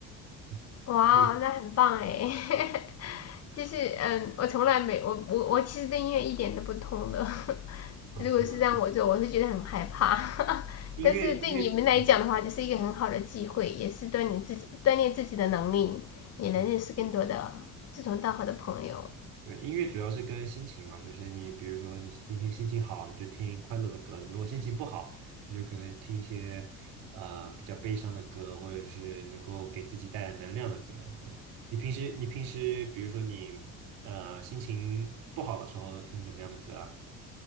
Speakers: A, on the right; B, on the left.
A: 嗯你
B: 哇，那很棒哎！<laughs> 就是嗯，我从来没我我我其实对音乐一点都不通的。<laughs>
A: 啊，
B: 如果是让我做，
A: 是吗？
B: 我是觉得很害怕。<laughs>
A: 音乐音乐，
B: 但是对你们来讲的话，
A: 嗯，
B: 就是一个很好的机会，也是锻炼自己锻炼自己的能力，也能认识更多的志同道合的朋友。
A: 对。对，音乐主要是跟心情嘛，就是你比如说你今天心情好，你就听快乐的歌；如果心情不好，你就可能听一些呃比较悲伤的歌，或者是能够给自己带来能量的歌。对，你平时你平时比如说你呃心情不好的时候都听怎么样的歌啊？